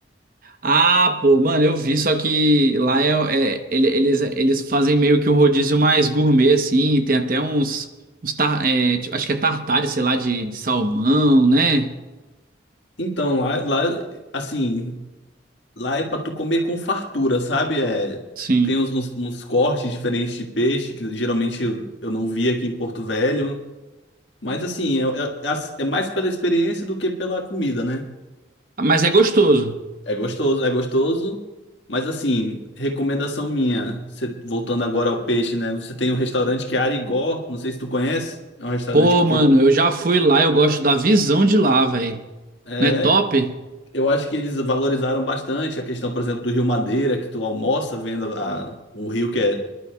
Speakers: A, on the right; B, on the left.
A: Ah, pô, mano, eu vi, só que lá é, é- ele- eles, eles fazem meio que um rodízio mais gourmet, assim, tem até uns, uns tar, é, tipo, acho que é tartare, sei lá, de, de salmão, né?
B: Então, lá, lá, assim, lá é pra tu comer com fartura, sabe? É,
A: Sim.
B: tem uns, uns- uns cortes diferentes de peixe que geralmente eu, eu não vi aqui em Porto Velho. Mas, assim, é, é, é mais pela experiência do que pela comida, né?
A: Mas é gostoso.
B: É gostoso, é gostoso. Mas, assim, recomendação minha, você- voltando agora ao peixe, né? Você tem um restaurante que é Arigó, não sei se tu conhece. É um restaurante
A: Pô,
B: que tem.
A: mano, eu já fui lá, eu gosto da visão de lá, velho.
B: É,
A: Não é top?
B: eu acho que eles valorizaram bastante a questão, por exemplo, do Rio Madeira, que tu almoça vendo a, o rio que é